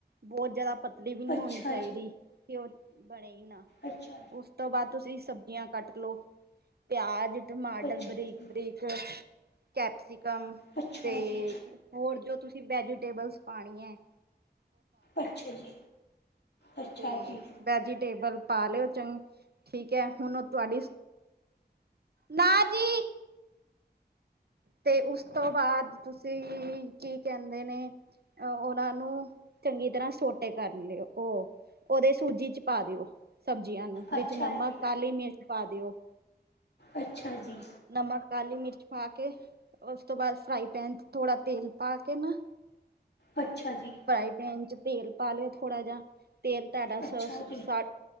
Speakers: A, on the right; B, on the left.
A: ਬੋਤ ਜਾਦਾ ਪਤਲੀ ਵੀ ਨਈ
B: ਅੱਛਾ
A: ਹੋਨੀ ਚਾਈਦੀ।
B: ਜੀ,
A: ਕੇ ੳਹ ਬਨੇ ਈ ਨਾ।
B: ਅੱਛਾ।
A: ੳਸ ਤੋ ਬਾਦ ਤੁਸੀ ਸਬਜੀਆਂ ਕਟ ਲੋ। ਪਿਆਜ, ਟਮਾਟਰ
B: ਅੱਛਾ
A: ਬਰੀਕ-ਬਰੀਕ
B: ਜੀ।
A: ਕੈਪਸਿਕਮ
B: ਅੱਛਾ
A: ਤੇ
B: ਜੀ,
A: ਹੋਰ ਜੋ ਤੁਸੀ ਵੈਜੀਟੇਬਲਸ ਪਾਨੀਐਂ।
B: ਅੱਛਾ ਜੀ। ਅੱਛਾ
A: ਤੇ
B: ਜੀ,
A: ਵੈਜੀਟੇਬਲ ਪਾ ਲੋ ਚੰਗ ਠੀਕ ਐ, ਹੁਣ ੳ ਤੁਆਡੀ ਨਾ ਜੀ। ਤੇ ਉਸ ਤੋਂ ਬਾਦ ਤੁਸੀ, ਕੀ ਕੈਂਦੇ ਨੇ ਅ ੳਨਾਂ ਨੂੰ ਚੰਗੀ ਤਰਾਂ ਸੋਟੇ ਕਰ ਲਿਓ ੳ ੳਦੇ ਸੂਜੀ ਚ ਪਾ ਦੇਓ। ਸਬਜੀਆਂ ਨੂੰ ਵਿੱਚ
B: ਅੱਛਾ
A: ਨਮਕ,
B: ਜੀ।
A: ਕਾਲੀ ਮਿਰਚ ਪਾ ਦੇਓ।
B: ਅੱਛਾ ਜੀ।
A: ਨਮਕ, ਕਾਲੀ ਮਿਰਚ ਪਾ ਕੇ ਸ ਤੋਂ ਬਾਦ ਫਰਾਈ ਪੈਨ ਚ ਥੋੜਾ ਤੇਲ ਪਾ ਕੇ ਨਾ
B: ਅੱਛਾ ਜੀ।
A: ਫਰਾਈ ਪੈਨ ਚ ਤੇਲ ਪਾ ਲੋ ਥੋੜਾ ਜਾ, ਤੇਲ ਤਾਡਾ
B: ਅੱਛਾ
A: ਸ ਸ
B: ਜੀ,
A: ਸੜ